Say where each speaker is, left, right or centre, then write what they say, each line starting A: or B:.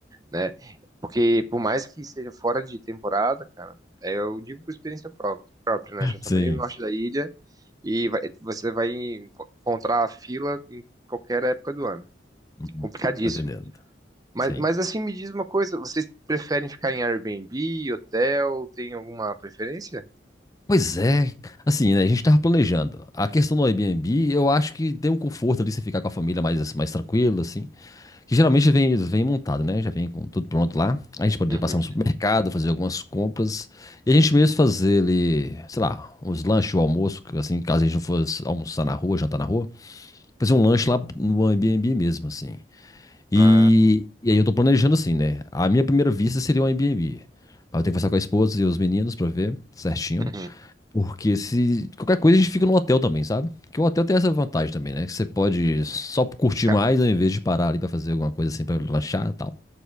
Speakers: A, on the right; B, on the left.
A: né? Porque por mais que seja fora de temporada, cara, é, eu digo por experiência pró- própria, né? Já trabalhei
B: Sim.
A: no norte da ilha e vai- você vai enco- encontrar a fila em qualquer época do ano.
B: Hum,
A: Complicadíssimo.
B: tô entendendo.
A: Mas,
B: Sim.
A: mas assim, me diz uma coisa, vocês preferem ficar em Airbnb, hotel, tem alguma preferência?
B: Pois é, assim, né? A gente tava planejando. A questão do Airbnb, eu acho que deu um conforto ali você ficar com a família mais, assim, mais tranquilo, assim. Que geralmente vem, vem montado, né? Já vem com tudo pronto lá. A gente poderia
A: Uhum.
B: passar no supermercado, fazer algumas compras. E a gente mesmo fazer ali, sei lá, uns lanches, o almoço, assim, caso a gente não fosse almoçar na rua, jantar na rua. Fazer um lanche lá no Airbnb mesmo, assim. E,
A: Ah,
B: e aí eu tô planejando assim, né? A minha primeira vista seria um Airbnb. Mas eu tenho que conversar com a esposa e os meninos pra ver certinho.
A: uhum.
B: Porque se qualquer coisa a gente fica no hotel também, sabe? Porque o hotel tem essa vantagem também, né? Que você pode só curtir
A: Ca-
B: mais ao invés de parar ali pra fazer alguma coisa assim, pra lanchar e tal.